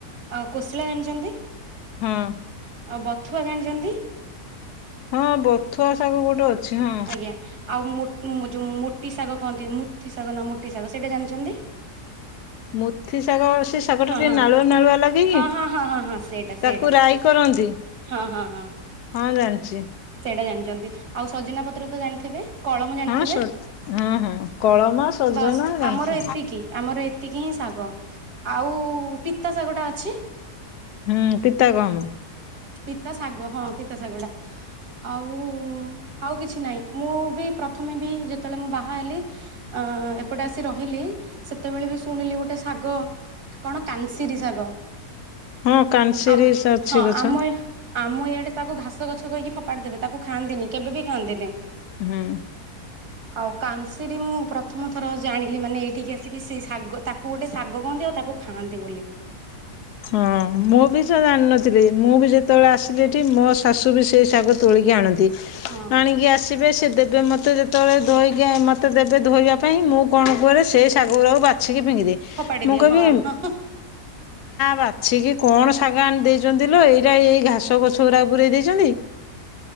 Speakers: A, on the right; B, on the left.
A: ଆଉ କୋଶଳା ଜାଣିଛନ୍ତି ।
B: ହଁ ।
A: ଆଉ ବଥୁଆ ଜାଣିଛନ୍ତି ।
B: ହଁ ବଥୁଆ ଶାଗ ଗୋଟେ ଅଛି। ହଁ।
A: ଆଜ୍ଞା ଆଉ ମୁ ଯୋଉ ମୋଟି ଶାଗ କହନ୍ତି ମୁଠି ଶାଗ ନା ମୋଟି ଶାଗ ସେଇଟା ଜାଣିଛନ୍ତି।
B: ମୁଠି ଶାଗ। ସେ ଶାଗଟା
A: ହଁ
B: ଟିକେ
A: ହଁ
B: ନାଳୁଆ ନାଳୁଆ ଲାଗେକି
A: ହଁ ହଁ ହଁ ହଁ ହଁ ସେଇଟା ସେଇଟା
B: ତାକୁ ରାଇ କରନ୍ତି।
A: ହଁ ହଁ ହଁ।
B: ହଁ ଜାଣିଛି।
A: ସେଇଟା ଆଉ ସଜନା ପତ୍ର ତ ଜାଣିଥିବେ। କଳମ ଜାଣିଥିବେ
B: ହଁ ସ ହଁ ହଁ କଳମ ସଜନା
A: ବାସ୍
B: ଜାଣିଛି।
A: ଆମର ଏତିକି ଆମର ଏତିକି ହିଁ ଶାଗ। ଆଉ ପିତା ଶାଗଟା ଅଛି।
B: ହୁଁ ପିତା ଗହମ
A: ପିତା ଶାଗ ହଁ ପିତା ଶାଗ ଟା ଆଉ ଆଉ କିଛି ନାଇଁ ମୁଁ ବି। ପ୍ରଥମେ ବି ଯେତେବେଳେ ମୁଁ ବାହା ହେଲି ଏପଟେ ଆସି ରହିଲି ସେତେବେଳେ ବି ଶୁଣିଲି ଗୋଟେ। ଶାଗ କଣ କାନସିରୀ ଶାଗ
B: ହଁ କାନସିରି
A: ଆ
B: ଅଛି
A: ହଁ
B: ଗଛ
A: ଆମ ଏ। ଆମ ଇଆଡେ ତାକୁ ଘାସ ଗଛ କହିକି ଫୋପାଡି ଦେବେ ତାକୁ ଖାଆନ୍ତିନି କେବେ ବି ଖାଆନ୍ତିନି।
B: ହୁଁ।
A: ଆଉ କାନ୍ସିର ମୁଁ ପ୍ରଥମ ଥର ଜାଣିଲି ମାନେ ଏଇଠିକି ଆସିକି ସେ ଶାଗ ତାକୁ ଗୋଟେ ଶାଗ କହନ୍ତି ଆଉ ତାକୁ ଖାଆନ୍ତି ବୋଲି
B: ହଁ, ମୁଁ ବି ତ ଜାଣିନଥିଲି ମୁଁ ବି ଯେତେବେଳେ ଆସିଲି ଏଠି ମୋ ଶାଶୁ ବି ସେଇ ଶାଗ ତୋଳିକି ଆଣନ୍ତି
A: ହଁ
B: ଆଣିକି ଆସିବେ ସେ ଦେବେ ମୋତେ ଯେତେବେଳେ ଧୋଇକି ମୋତେ ଦେବେ ଧୋଇବା ପାଇଁ ।ମୁଁ କଣ କରେ ସେହି ଶାଗଗୁରାକୁ ବାଛ ଫିଙ୍ଗି ଦେ,
A: ଫୋପାଡି
B: ମୁଁ
A: ଦିଅ
B: କହିବି
A: ହଁ ହଁ
B: ବାଛି କିି କଣ ଶାଗ ଆଣି ଦେଇଛନ୍ତି ଲୋ ଏଇଟା ଏଇ ଘା ଘାସ ଗଛ ଗୁରା ପୁରେଇ ଦେଇଛନ୍ତି